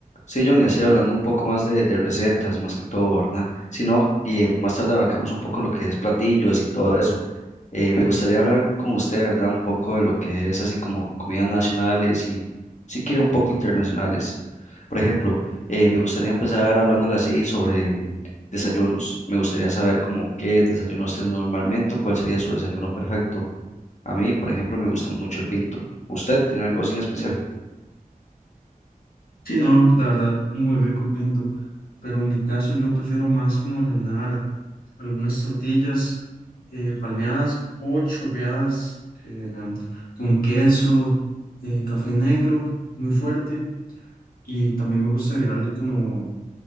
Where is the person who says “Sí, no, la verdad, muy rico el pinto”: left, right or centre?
Left